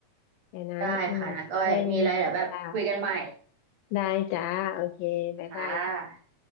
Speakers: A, on the left (about 80°); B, on the right (about 50°).
A: เดี๋ยวนะอืมแค่นี้นะจ้า
B: ได้ค่ะนะก้อยมีอะไรเดี๋ยวแบบคุยกันใหม่
A: ได้จ้าโอเคบ๊ายบายจ้า
B: ค่ะ